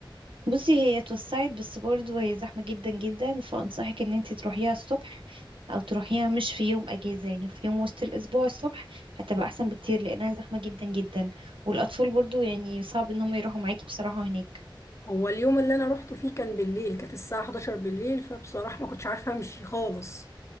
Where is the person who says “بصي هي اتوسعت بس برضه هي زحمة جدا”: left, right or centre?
Right